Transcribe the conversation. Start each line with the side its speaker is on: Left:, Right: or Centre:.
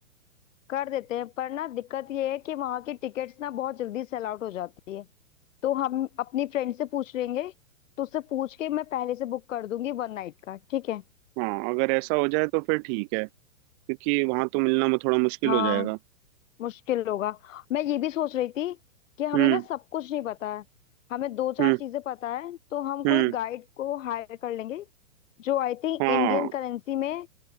Left: कर देते हैं पर ना दिक्कत ये है कि वहां की टिकट्स ना बहुत जल्दी सेल आउट हो जाती है तो हम अपनी फ्रेंड से पूछ लेंगे तो उससे पूछ के मैं पहले से बुक कर दूंगी वन नाइट का ठीक है
Right: हाँ अगर ऐसा हो जाए तो फिर ठीक है क्योंकि वहाँ तो मिलना वो थोड़ा मुश्किल
Left: हाँ
Right: हो जाएगा
Left: मुश्किल होगा मैं ये भी सोच रही थी कि हमें
Right: हम्म
Left: ना सब कुछ नहीं पता है हमें दो चार
Right: हम्म
Left: चीजें पता है तो हम कोई
Right: हम्म
Left: गाइड को हायर कर लेंगे जो आई थिंक
Right: हाँ
Left: इंडियन करेंसी में